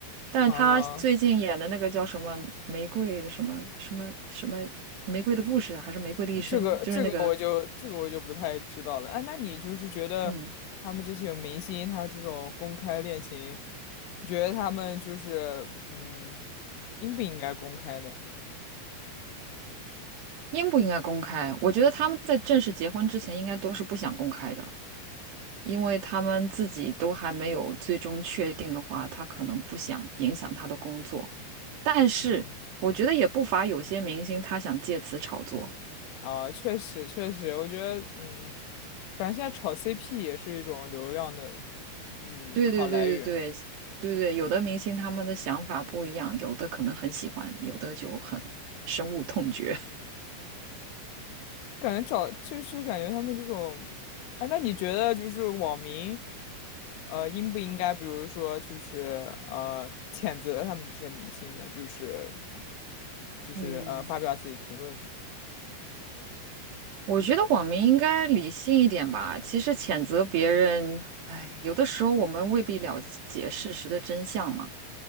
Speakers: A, on the right (about 65°); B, on the left (about 85°).
A: 但是他最近演的那个叫什么玫瑰的什么什么什么玫瑰的故事啊还是玫瑰的一生，
B: 啊，这个这个我就这个我就不太知道了。
A: 就是那个，
B: 哎，那你就是觉得他们这些明星，
A: 嗯，
B: 他这种公开恋情，你觉得他们就是嗯，应不应该公开呢？
A: 应不应该公开？我觉得他们在正式结婚之前，应该都是不想公开的，因为他们自己都还没有最终确定的话，他可能不想影响他的工作。但是我觉得也不乏有些明星他想借此炒作。
B: 嗯，啊，确实确实，我觉得嗯，反正现在炒 CP 也是一种流量的嗯好来源。
A: 对对对对对对对，有的明星他们的想法不一样，有的可能很喜欢，有的就很深恶痛绝。
B: 感觉找就是感觉他们这种，哎，那你觉得就是网民，呃，应不应该，比如说就是呃，谴责他们这些明星呢？就是就是呃，
A: 嗯，
B: 发表自己评论什么？
A: 我觉得网民应该理性一点吧。其实谴责别人，哎，有的时候我们未必了解事实的真相嘛。